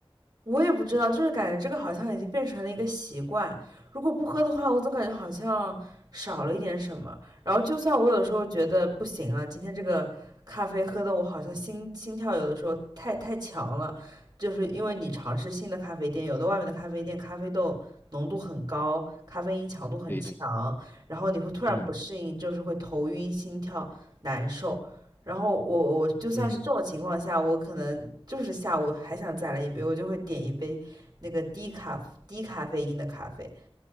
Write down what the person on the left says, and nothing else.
对对，
嗯
嗯